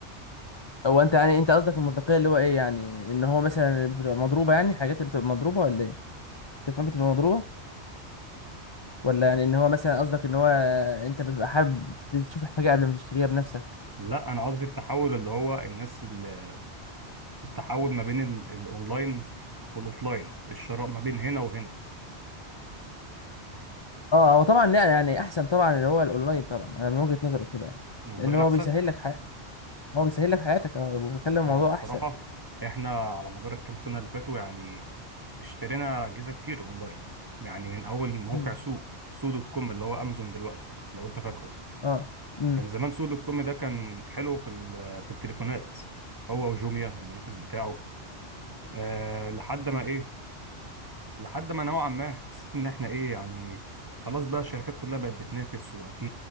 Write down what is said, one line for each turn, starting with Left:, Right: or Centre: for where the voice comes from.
Left: هو انت يعني انت قصدك المصداقيه اللي هو ايه يعني ان هو مثلا بتبقى مضروبه يعني حاجات اللي بتبقى مضروبه ولا ايه التليفون بتبقى مضروبه ولا يعني ان هو مثلا قصدك ان هو انت بتبقى حابب تشوف الحاجه قبل ما تشتريها بنفسك
Right: لا أنا قصدي التحول اللي هو الناس ال- التحول ما بين ال... الأونلاين والأوفلاين الشراء ما بين هنا وهنا
Left: اه هو طبعا يعني يعني احسن طبعا اللي هو الاونلاين طبعا انا من وجهه نظري كده يعني
Right: الأونلاين
Left: لان هو
Right: أحسن
Left: بيسهل لك حياتك هو بيسهل لك حياتك اه وبيخلي الموضوع
Right: هو الصراحة
Left: احسن
Right: إحنا على مدار الكام سنة اللي فاتوا يعني اشترينا اجهزه كتير اونلاين يعني من اول موقع
Left: امم
Right: سوق سو دوت كوم اللي هو امازون دلوقتي لو انت فاكره
Left: اه امم
Right: كان زمان سو دوت كوم ده كان حلو في ال- في التليفونات هو وجوميا المنافس بتاعه أه لحد ما ايه لحد ما نوعا ما حسيت ان احنا ايه يعني خلاص بقى الشركات كلها بقت بتنافس وبقى في